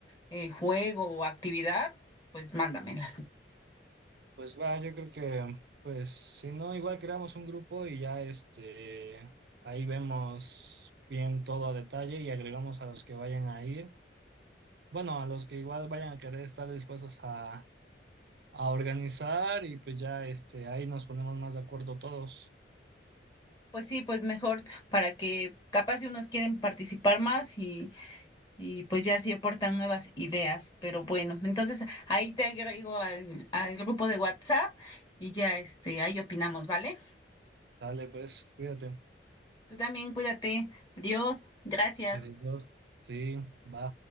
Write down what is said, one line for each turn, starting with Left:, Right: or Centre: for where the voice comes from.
Left: eh, juego o actividad, pues mándamelas.
Right: Pues va, yo creo que, pues, si no, igual creamos un grupo y ya este, ahí vemos bien todo a detalle y agregamos a los que vayan a ir. Bueno, a los que igual vayan a querer estar dispuestos a, a organizar y pues ya este, ahí nos ponemos más de acuerdo todos.
Left: Pues sí, pues mejor para que capaz si unos quieren participar más y y pues ya sí aportan nuevas ideas, pero bueno, entonces ahí te agrego al, al grupo de WhatsApp y ya este, ahí opinamos, ¿vale?
Right: Dale, pues, cuídate.
Left: Tú también cuídate, adiós, gracias.
Right: Adiós. Sí, va.